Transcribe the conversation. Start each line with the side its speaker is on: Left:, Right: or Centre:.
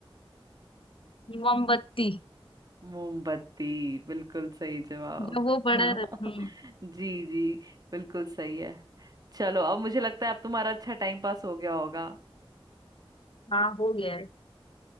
Left: मोमबत्ती
Right: मोमबत्ती बिल्कुल सही जवाब
Left: जब वो बड़ा
Right: हाँ
Left: रहता हम्म
Right: जी जी बिल्कुल सही है चलो अब मुझे लगता है अब तुम्हारा अच्छा टाइम पास हो गया होगा
Left: हाँ हो गया है